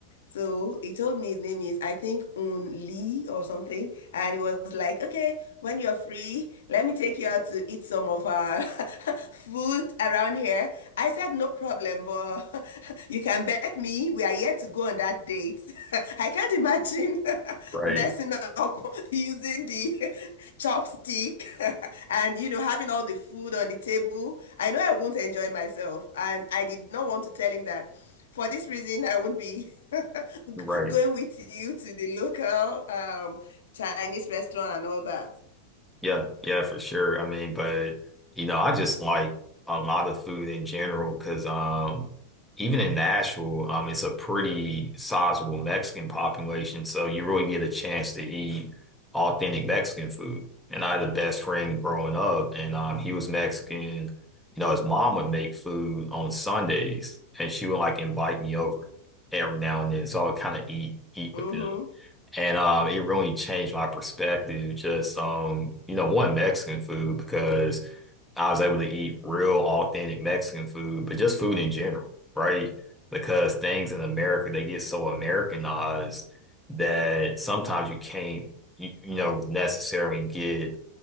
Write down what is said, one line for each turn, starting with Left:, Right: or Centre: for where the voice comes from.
Left: So he told me his name is, I think, Un Lee or something. And he was like, okay, when you're free, let me take you out to eat some of our <laughs> food around here. I said, no problem, but <laughs> you can bet me we are yet to go on that date. <laughs> I can't imagine <laughs>
Centre: Right,
Left: messing up <laughs> using the <laughs> chopstick <laughs> and, you know, having all the food on the table. I know I won't enjoy myself. And I did not want to tell him that for this reason, I won't be <laughs> g-
Centre: right.
Left: going with you to the local um, Chinese restaurant and all that.
Centre: Yeah, yeah, for sure. I mean, but you know, I just like a lot of food in general because um even in Nashville, um it's a pretty sizable Mexican population, so you really get a chance to eat authentic Mexican food. And I had a best friend growing up and um he was Mexican. You know, his mom would make food on Sundays and she would like invite me over every now and then. So I would kind of eat eat
Left: Mm-hmm.
Centre: with them. And um, it really changed my perspective, just um, you know, one Mexican food because I was able to eat real authentic Mexican food, but just food in general, right? Because things in America, they get so Americanized that sometimes you can't, you, you know, necessarily get